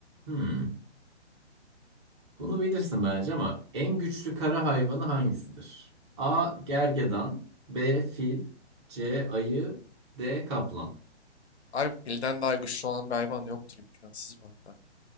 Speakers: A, on the right; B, on the left.
A: hmm. Bunu bilirsin bence ama en güçlü kara hayvanı hangisidir? A. Gergedan B. Fil C. Ayı D. Kaplan
B: Abi filden daha güçlü olan bir hayvan yoktur imkansız bu arada.